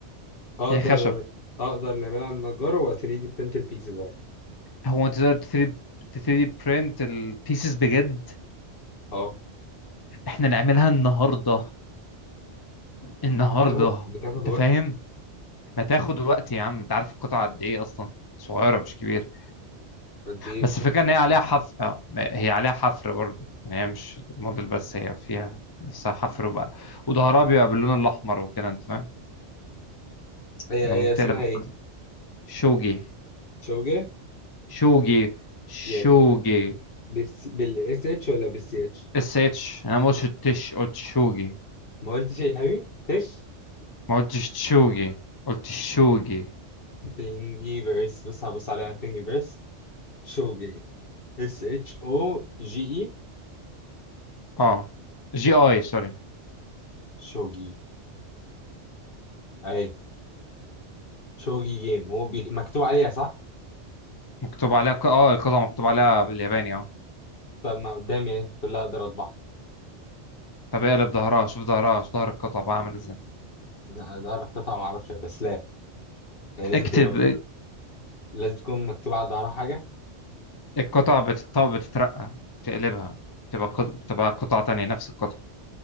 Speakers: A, on the left; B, on the left.
A: اقدر
B: هي خشب
A: اقدر نعملها على النجار و 3 دي print البيزز
B: هو انت تقدر 3 3 دي برنت البيسز بجد
A: اه
B: احنا نعملها النهارده النهارده
A: بتاخد بتاخد
B: انت
A: وقت
B: فاهم ما تاخد وقت يا عم انت عارف القطعه قد ايه اصلا صغيره مش كبيره
A: قد ايه
B: بس
A: قط-
B: الفكره ان هي عليها حفر اه، هي عليها حفر برضه يعني هي مش موديل بس هي فيها نفسها حفر وبقى وظهرها بيبقى باللون الاحمر وكده انت فاهم
A: هي
B: لما
A: هي
B: بتقلب
A: اسمها
B: الكويس.
A: ايه
B: شوجي
A: شوجة
B: شوجي شوجي
A: يعني بس بالاس اتش ولا بالسي اتش
B: اس اتش انا ما قلتش التش قلت شوجي
A: ما قلتش ايه يا حبيبي تش
B: ما قلتش تشوجي قلت شوجي
A: تنجيفرس بس هبص عليها تنجيفرس شوجة اس اتش او جي اي
B: اه جي اي سوري
A: شوجي اهي شوجي جيم هو بي- مكتوب عليها صح
B: مكتوب عليها ك- اه القطعه مكتوب عليها بالياباني اه
A: طب ما قدامي اهي كلها اقدر اطبعها
B: طب اقلب ظهرها شوف ظهرها شوف ظهر القطعة بقى عامل ازاي
A: لا، اقدر اقطعها ما اعرفش بس لاب يعني لازم
B: اكتب
A: تبقى لازم تكون مكتوب على ظهرها حاجه
B: القطع بتتط- بتترقى تقلبها تبقى قط- بتبقى قطعة تانية نفس القطعة